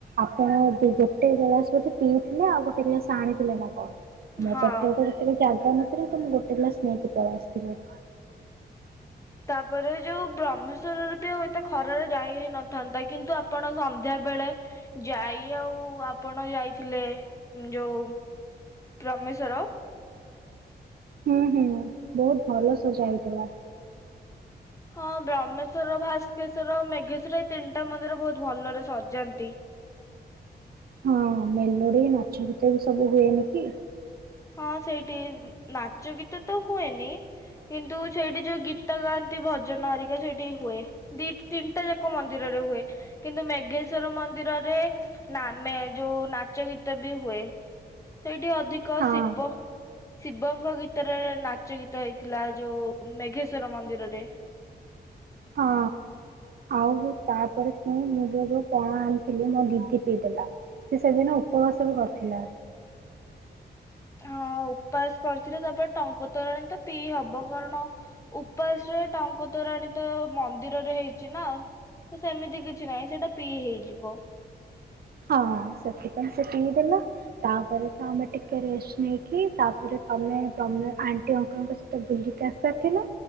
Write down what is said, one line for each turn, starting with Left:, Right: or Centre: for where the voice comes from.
Right: ଆଉପୁଣି ଗୋଟେ ଗ୍ଲାସ ବୋଧେ ପିଇଥିଲେ ଆଉ ଗୋଟେ ଗ୍ଲାସ ଆଣିଥିଲେ ନା କଣ। ମୋ
Left: ହଁ
Right: ପେଟ ତ ତିନି ଚା ତମେ ପୁରା ତମେ ଗୋଟେ ଗ୍ଲାସ ନେଇକି ପଳେଇ ଆସିଥିଲେ।
Left: ତାପରେ ଯୋଉ ବ୍ରହ୍ମେଶ୍ଵରରେ ବି ଆଉ ଏତେ ଖରାରେ ଯାଇ ହେଇ ନଥାନ୍ତା କିନ୍ତୁ ଆପଣ ସନ୍ଧ୍ୟା ବେଳେ ଯାଇ ଆଉ ଆପଣ ଯାଇଥିଲେ ଯୋଉ ବ୍ରହ୍ମେଶ୍ଵର
Right: ହୁଁ ହୁଁ ବହୁତ ଭଲ ସଜା ହେଇଥିଲା।
Left: ହଁ ବ୍ରହ୍ମେଶ୍ଵର ଭାସ୍କେଶ୍ଵର ମେଘେଶ୍ଵର ଏଇ ତିନିଟା ମନ୍ଦିର ବହୁତ ଭଲରେ ସଜାନ୍ତି।
Right: ହଁ ମେଲୋଡି ନାଚ ଗୀତ ବି ସବୁ ହୁଏନି କି।
Left: ହଁ ସେଇଠି ନାଚ ଗୀତ ତ ହୁଏନି କିନ୍ତୁ ସେଇଠି ଯୋଉ ଗୀତ ଗାଆନ୍ତି ଭଜନ ହେରିକା ସେଇଠି ହୁଏ ଦି ତିନିଟା ଯାକ ମନ୍ଦିରରେ ହୁଏ କିନ୍ତୁ ମେଘେଶ୍ଵର ମନ୍ଦିରରେ ନା ମେ ଯୋଉ ନାଚ ଗୀତ ବି ହୁଏ ସେଇଠି ଅଧି କସିିବ
Right: ହଁ
Left: ଶିବଙ୍କ ଗୀତରେ ନାଚ ଗୀତ ହେଇଥିଲା ଯୋଉ ମେଘେଶ୍ଵର ମନ୍ଦିରରେ।
Right: ହଁ ଆଉ ତାପରେ ପୁଣି ମୁଁ ଯୋଉ ଯୋଉ ପଣା ଆଣିଥିଲି ମୋ ଦିଦି ପିଇଦେଲା ସେ ସେଦିନ ଉପବାସ ବି କରିଥିଲା।
Left: ହଁ ଉପାସ କରିଥିଲେ ତାପରେ ଟଙ୍କତୋରାଣୀ ତ ପିଇ ହବ କାରଣ ଉପାସରେ ଟଙ୍କତୋରାଣୀ ତ ମନ୍ଦିରରେ ହେଇଚି ନା ସେମିତି କିଛି ନାହିଁ ସେଟା ପିଇ ହେଇଯିବ।
Right: ହଁ ସେଥିପାଇଁ ସେଥିପାଇଁ ସେ ପିଇ ଦେଲା, ତାପରେ ତ ଆମେ ଟିକେ ରେଷ୍ଟ ନେଇକି ତାପରେ ତୋମେ ତୋମେ ଆଣ୍ଟି ଅଙ୍କଲ୍ ସହିତ ବୁଲିକି ଆସାରିଥିଲ,